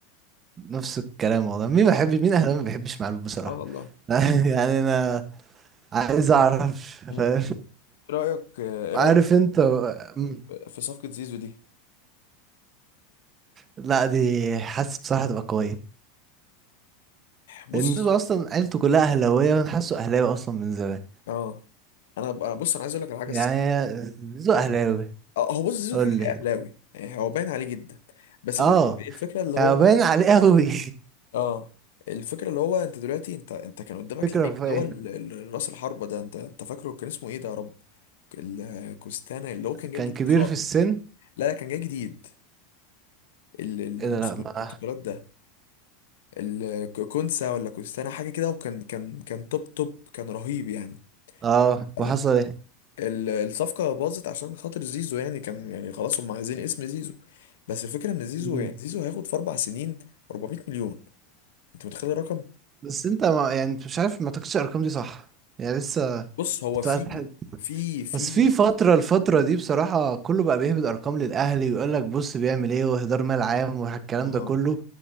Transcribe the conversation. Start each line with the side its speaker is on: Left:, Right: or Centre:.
Right: نفس الكلام والله مين ما بيحبش مين اهلا ما بيحبش معلول بصراحة
Left: اه والله
Right: <laughs> يعني انا عايز اعرف
Left: مم.
Right: فاهم
Left: ايه رايك ايه
Right: عارف
Left: رايك
Right: انت مم.
Left: في صفقه زيزو دي
Right: لا دي حاسس بصراحة تبقى قوية
Left: بص
Right: لأن زيزو أصلا عيلته كلها أهلاوية وأنا حاسه أهلاوي أصلا من زمان
Left: اه انا أنا- بص انا عايز اقول لك على حاجه
Right: يعني
Left: الصراحه
Right: زيزو
Left: أنا-
Right: أهلاوي
Left: اه هو بص زيزو
Right: قول
Left: كده كده
Right: لي
Left: اهلاوي يعني هو باين عليه جدا بس
Right: اه
Left: الفكره الفكره اللي هو
Right: يعني باين عليه أوي
Left: اه الفكره اللي هو انت دلوقتي انت انت كان قدامك
Right: <laughs> فكرة
Left: لعيب
Right: في
Left: اللي
Right: إيه
Left: هو ال- ال- راس الحربه ده انت انت فاكره كان اسمه ايه ده يا رب الكوستانا اللي هو كان جاي
Right: كان
Left: جديد
Right: كبير
Left: خالص
Right: في السن
Left: لا لا كان جاي جديد ال- اللي
Right: إيه
Left: موسم
Right: ده لا ما
Left: الانتقالات ده الكونسا ولا كوستانا حاجه كده وكان كان كان توب توب كان رهيب يعني
Right: اه
Left: آه،
Right: وحصل إيه
Left: ال- الصفقه باظت عشان خاطر زيزو يعني كان يعني خلاص هم عايزين اسم زيزو بس الفكره ان زيزو
Right: مم.
Left: يعني زيزو هياخد في اربع سنين 400 مليون انت متخيل الرقم
Right: بس أنت ما يعني أنت مش عارف ما تاخدش الأرقام دي صح يعني لسه
Left: بص هو
Right: بتاعت
Left: في
Right: حد.
Left: في في
Right: بس في فترة الفترة دي بصراحة كله بقى بيهبد أرقام للأهلي ويقول لك بص بيعمل إيه وإهدار مال عام والكلام
Left: اه
Right: ده كله